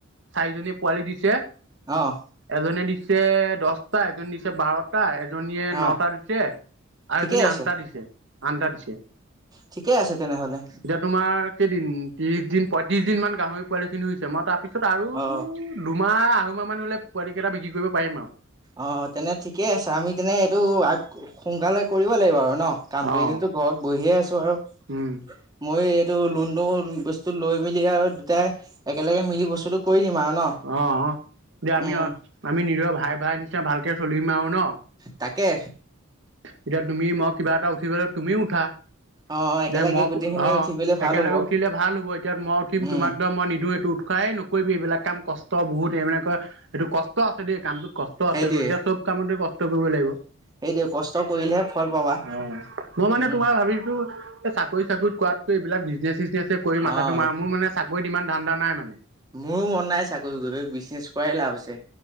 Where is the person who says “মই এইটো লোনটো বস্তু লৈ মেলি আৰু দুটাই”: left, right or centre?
Right